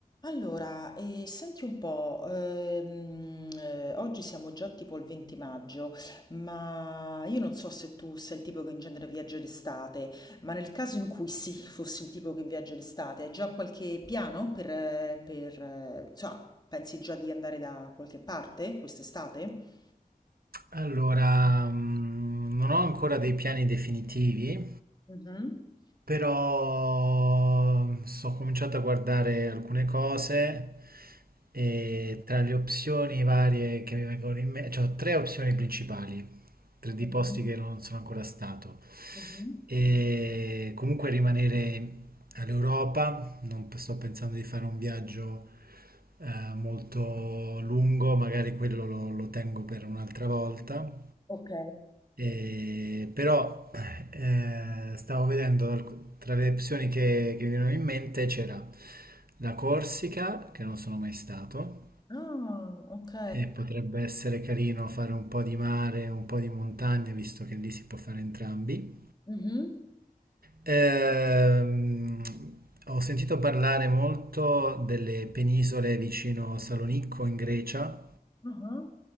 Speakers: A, on the left; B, on the right.
A: Allora, eh, senti un po', ehm, eh, oggi siamo già tipo il 20 maggio, ma io non so se tu sei il tipo che in genere viaggia d'estate, ma nel caso in cui sì, fossi il tipo che viaggia d'estate, hai già qualche piano per, eh, per, eh, insomma, pensi già di andare da qualche parte quest'estate?
B: Allora, mm, non ho ancora dei piani definitivi,
A: Mhm.
B: però mm, sto cominciando a guardare alcune cose e tra le opzioni varie che mi vengono in mente, cioè ho tre opzioni principali, tre di
A: Mhm.
B: posti che non sono ancora stato.
A: Mhm.
B: E comunque rimanere all'Europa, non sto pensando di fare un viaggio eh, molto lungo, magari quello lo, lo tengo per un'altra volta.
A: Ok.
B: E- però eh, stavo vedendo alc- tra le opzioni che, che mi venivano in mente c'era la Corsica, che non sono mai stato,
A: Ah, ok.
B: e potrebbe essere carino fare un po' di mare, un po' di montagna, visto che lì si può fare entrambi.
A: Mhm.
B: Ehm, ho sentito parlare molto delle penisole vicino Salonicco in Grecia,
A: Ah.